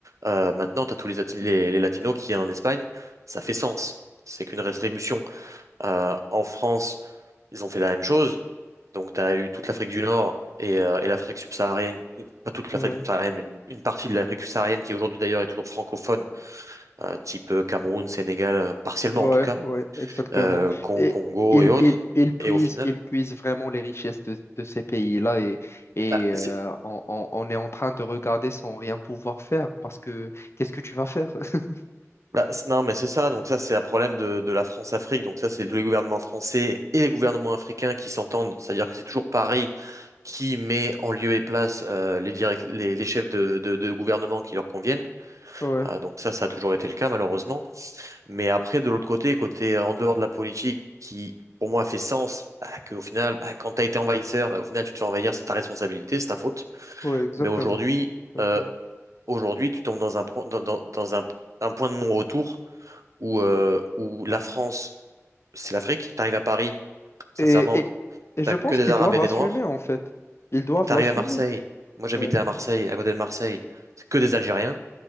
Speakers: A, on the right; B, on the left.
A: Euh, maintenant, tu as tous les, Ati- les, les Latinos qui sont en Espagne. Ça fait sens. C'est qu'une rétribution. Euh, en France, ils ont fait la même chose. Donc, tu as eu toute l'Afrique du Nord et, euh, et l'Afrique subsaharienne. Pas toute
B: ouais,
A: l'Afrique subsaharienne, mais une, une partie de l'Afrique subsaharienne qui aujourd'hui, d'ailleurs, est toujours francophone, euh, type euh, Cameroun, Sénégal, euh, partiellement
B: ouais,
A: en tout cas
B: ouais, exactement.
A: euh, Con-
B: Et
A: Congo
B: ils,
A: et autres.
B: ils, ils puisent,
A: Et au final,
B: ils puise vraiment les richesses de, de ces pays-là et, et
A: bah,
B: euh,
A: c'est-
B: on, on- on est en train de regarder sans rien pouvoir faire parce que qu'est-ce que tu vas faire? <laughs>
A: bah, c'est- non, mais c'est ça. Donc ça, c'est un problème de, de la France-Afrique. Donc ça, c'est les gouvernements français et les gouvernements africains qui s'entendent. C'est-à-dire que c'est toujours Paris qui met en lieu et place euh, les, direct- les, les chefs de, de, de gouvernement qui leur conviennent.
B: Ouais,
A: Ah, donc ça, ça a toujours été le cas, malheureusement. Mais après, de l'autre côté, côté euh, en dehors de la politique qui... Pour moi, fait sens bah, que au final, bah, quand tu as été envahisseur, bah, au final, tu te fais envahir, c'est ta responsabilité, c'est ta faute.
B: ouais, exactement.
A: Mais aujourd'hui,
B: exactement.
A: euh, aujourd'hui, tu tombes dans un point, dans, dans- dans un, un point de non-retour où, euh, où la France, c'est l'Afrique. T'arrives à Paris, sincèrement,
B: Et, et, et
A: t'as
B: je
A: que
B: pense
A: des
B: qu'ils
A: Arabes
B: doivent
A: et
B: assumer,
A: des Noirs.
B: en fait. Ils doivent
A: Et T'arrives
B: l'assumer.
A: à Marseille, moi j'habitais
B: Ouais.
A: à Marseille, à côté de Marseille, c'est que des Algériens.